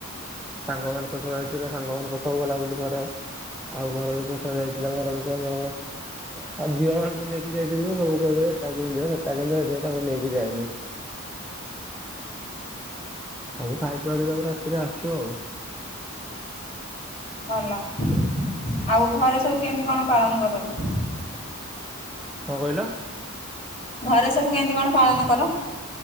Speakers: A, in the centre; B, on the left (about 30°).
A: ସାଙ୍ଗ ମା ଲୋକସବୁ ଆଇଥିଲେ ସାଙ୍ଗମାନଙ୍କ ସହ ବୁଲାବୁଲି କରେ, ଆଉ ଘର ଲୋକ ସହ ଯାଇଥିଲେ ଘର ଲୋକ ସହ ଆଉ ଝିଅ ମାନଙ୍କୁ ନେଇକି ଯାଇଥିବେ ତ ସବୁ କହିବେ ଏଟା କେମି ସେଟା କେମିତି ଯାଇଥିବେ ତାଙ୍କୁ ନେଇକି ଯାଏନି। ସବୁ ଖାଇପିକି ତାପରେ ରାତିରେ ଆସୁ ଆଉ। <inaudible>
B: ଭଲ ଆଉ ଘରେ ସବୁ କେମିତି କଣ ପାଳନ କରନ୍ତି?
A: କଣ କହିଲ?
B: ଘରେ ସବୁ କେମିତି କଣ ପାଳନ କର?